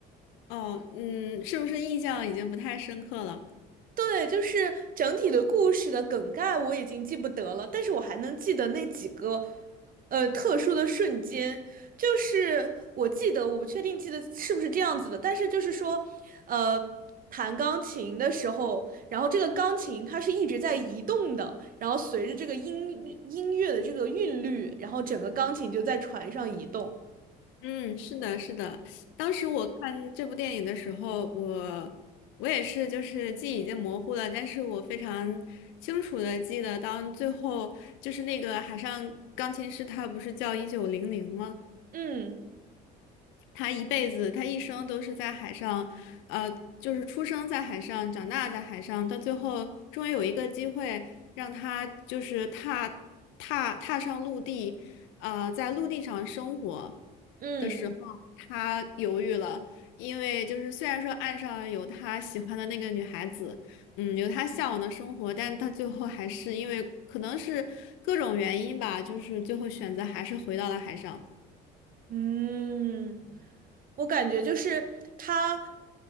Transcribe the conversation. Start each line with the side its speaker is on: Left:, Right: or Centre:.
Left: 哦，嗯，是不是印象已经不太深刻了？
Right: 对，就是整体的故事的梗概我已经记不得了，但是我还能记得那几个，呃，特殊的瞬间。就是我记得，我不确定记得是不是这样子的，但是就是说，呃，弹钢琴的时候，然后这个钢琴它是一直在移动的，然后随着这个音音乐的这个韵律，然后整个钢琴就在船上移动。
Left: 嗯，是的，是的。当时我看这部电影的时候，我我也是，就是记忆已经模糊了，但是我非常清楚的记得，当最后就是那个海上钢琴师，他不是叫一九零零吗？
Right: 嗯
Left: 他一辈子，他一生都是在海上，呃，就是出生在海上，长大在海上，到最后终于有一个机会让他就是踏踏踏上陆地，呃，在陆地上生活
Right: 嗯。
Left: 的时候，他犹豫了，因为就是虽然说岸上有他喜欢的那个女孩子，嗯，有他向往的生活，但他最后还是因为可能是各种原因吧，就是最后选择还是回到了海上。
Right: 嗯，我感觉就是他